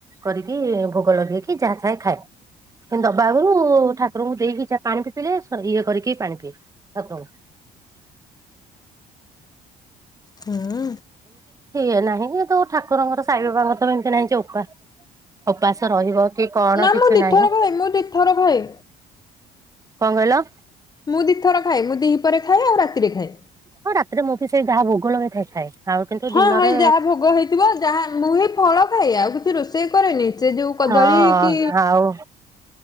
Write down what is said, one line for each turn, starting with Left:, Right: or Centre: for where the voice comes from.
Right: କରିକି ଭୋଗ ଲଗେଇକି ଯାହା ଥାଏ ଖାଏ। କି ଦବା ଆଗରୁ ଠାକୁରଙ୍କୁ ଦେଇକି ଯ ପାଣି ପି ପିଇଲେ ଇଏ କରିକି ପାଣି ପିଇଏ ଠାକୁରଙ୍କୁ।
Left: ହୁଁ।
Right: ଏ ନାହିଁ କି ତୋ ଠାକୁରଙ୍କର ସାଇ ବାବାଙ୍କ ତ ଏମିତି ନାହିଁ ଯେ ଉପାସ ଉପାସ ରହିବ। କି କଣ
Left: ନା
Right: କିଛି
Left: ମୁଁ ଦିଥର
Right: ନାହିଁ
Left: ଖାଏ ମୁଁ ଦିଥର ଖାଏ।
Right: କଣ କହିଲ?
Left: ମୁଁ ଦିଇ ଥର ଖାଏ ମୁଁ ଦିହି ପରେ ଖାଏ ଆଉ ରାତିରେ ଖାଏ।
Right: ହଁ ରାତିରେ ମୁଁ ବି ସେଇ ଯାହା ଭୋଗ ଲଗେ ଇଥା ଖାଏ। ଆଉ କିନ୍ତୁ
Left: ହଁ
Right: ଦିନରେ
Left: ହେଇ ଯାହା ଭୋଗ ହେଇଥିବ ଯାହା ମୁଁ ହିଁ ଫଳ ଖାଇଏ ଆଉ କିଛି ରୋଷେଇ ସେ କରେନି ସେ ଯୋଉ କଦଳୀ
Right: ହଁ
Left: କି
Right: ଆଉ